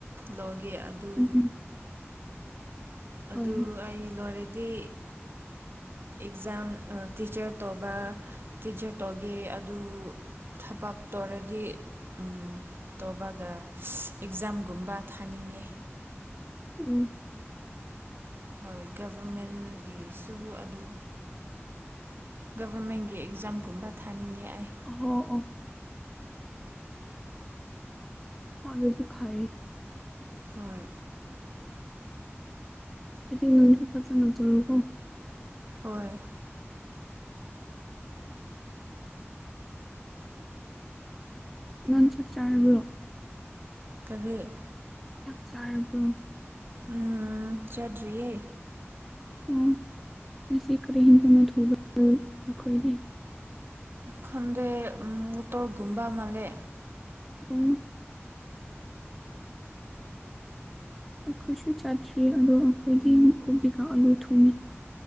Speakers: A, on the right; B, in the centre.
A: ꯂꯧꯒꯦ ꯑꯗꯨ
B: ꯎꯝ ꯎꯝ
A: ꯑꯗꯨ
B: ꯍꯣꯏ
A: ꯑꯩ ꯂꯣꯏꯔꯗꯤ ꯑꯦꯛꯖꯥꯝ ꯇꯤꯆꯔ ꯇꯧꯕ ꯇꯤꯆꯔ ꯇꯧꯒꯦ ꯑꯗꯨ ꯊꯕꯛ ꯇꯧꯔꯗꯤ ꯎꯝ ꯇꯧꯕꯒ ꯑꯦꯛꯖꯥꯝꯒꯨꯝꯕ ꯊꯥꯅꯤꯡꯉꯦ
B: ꯎꯝ
A: ꯍꯣꯏ ꯒꯚꯔꯃꯦꯟꯒꯤꯁꯨ ꯑꯗꯨ ꯒꯚꯔꯃꯦꯟꯒꯤ ꯑꯦꯛꯖꯥꯝꯒꯨꯝꯕ ꯊꯥꯅꯤꯡꯉꯦ ꯑꯩ
B: ꯑꯣ ꯑꯣ ꯑꯗꯨꯗꯤ ꯐꯥꯔꯦ
A: ꯍꯣꯏ
B: ꯑꯗꯨ ꯅꯪꯁꯨ ꯐꯖ ꯇꯧꯋꯦꯀꯣ
A: ꯍꯣꯏ
B: ꯅꯪ ꯆꯥꯛꯆꯥꯔꯕ꯭ꯔꯣ
A: ꯀꯥꯕꯤ
B: ꯆꯥꯛ ꯆꯥꯔꯕ꯭ꯔꯣ
A: ꯎꯝ ꯆꯗ꯭ꯔꯤꯌꯦ
B: ꯑꯣ ꯉꯁꯤ ꯀꯔꯤ ꯍꯦꯟꯖ <unintelligible>
A: ꯈꯪꯗꯦ ꯃꯠꯇꯣꯔꯒꯨꯝꯕꯥ ꯃꯜꯦ
B: ꯎꯝ ꯑꯩꯈꯣꯏꯁꯨ ꯆꯥꯠꯇ꯭ꯔꯤ ꯑꯗꯣ ꯑꯩꯈꯣꯏꯗꯤ ꯀꯨꯞꯕꯤꯀꯥ ꯑꯂꯨ ꯊꯨꯝꯃꯤ